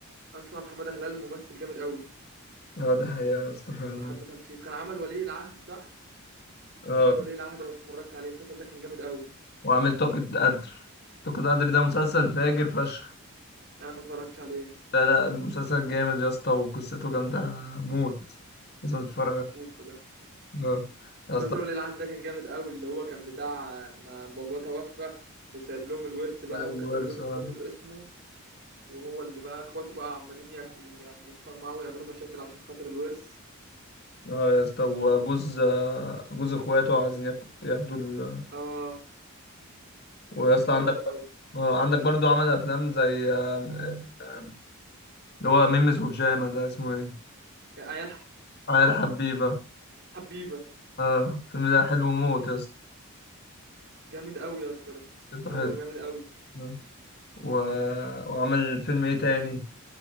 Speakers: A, on the right; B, on the left.
A: اصلا حماده هلال ممثل جامد قوي
B: اه دي حقيقة يا اسطى فعلا
A: بحب تمثيله كان عمل ولي العهد صح مسلسل
B: اه
A: ولي العهد لو اتفرجت عليه المسلسل ده كان جامد قوي
B: وعامل طاقة قدر طاقة قدر ده مسلسل فاجر فشخ
A: انا ما اتفرجتش عليه
B: لا لا مسلسل جامد يا اسطى وقصته جامدة موت لازم تتفرج
A: هبقى
B: عليه
A: اشوفه ده
B: اه يا
A: مسلسل
B: اسطى
A: ولي العهد ده كان جامد قوي اللي هو كان بتاع ما باباه توفى وسايب لهم الورث بقى
B: وزن
A: وكتب
B: الورث
A: الورث
B: اه
A: كله باسمه وهو اللي بقى اخواته بقى عمالين يك- آه. يعم- يتخانقوا معاه ويعملوا مشاكل عشان خاطر الورث
B: آه يا اسطى وجوز جوز اخواته عايزين ياخ- ياخدوا ال...
A: اه
B: ويا
A: كان
B: اسطى عندك
A: جامد قوي
B: آه، عندك برضو عمل افلام زي آم،
A: آه.
B: آم، اللي هو ميمس وبجامة ده اسمه ايه
A: عيال
B: عيال حبيبة
A: حبيبه
B: اه الفيلم ده حلو موت يا اسطى
A: جامد قوي يا اسطى ده
B: قصته
A: اه
B: حلو
A: جامد قوي
B: آه. و... وعمل فيلم ايه تاني